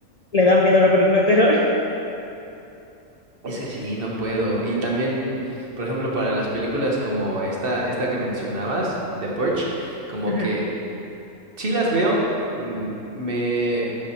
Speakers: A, on the left; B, on the right.
A: le da miedo a la película de terror.
B: es que sí, no puedo. Y también, por ejemplo, para las películas como esta, esta que mencionabas, The Purge,
A: <laughs>
B: como
A: Ujú.
B: que sí las veo, mm, me...